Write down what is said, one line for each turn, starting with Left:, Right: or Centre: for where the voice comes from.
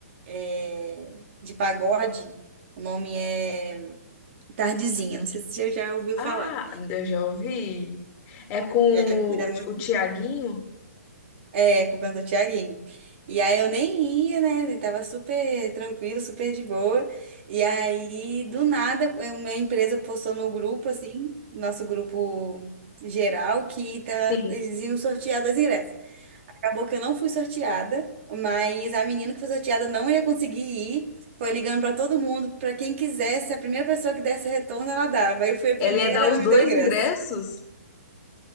Right: eh, de pagode. O nome é Tardezinha. Não sei se você já ouviu
Left: Ah,
Right: falar.
Left: eu já ouvi. É com
Right: É,
Left: o,
Right: é, muito-
Left: o Tiaguinho?
Right: é com o cantor Thiaguinho. E aí eu nem ia, né? Eu tava super tranquilo, super de boa. E aí, do nada, a minha empresa postou no grupo, assim, nosso grupo geral, que tá,
Left: Sim.
Right: eles iam sortear dois ingressos. Acabou que eu não fui sorteada, mas a menina que foi sorteada não ia conseguir ir. Foi ligando para todo mundo, para quem quisesse, a primeira pessoa que desse retorno, ela dava. Eu fui a primeira,
Left: Ela ia dar
Right: ela
Left: os
Right: me
Left: dois
Right: deu o ingresso.
Left: ingressos?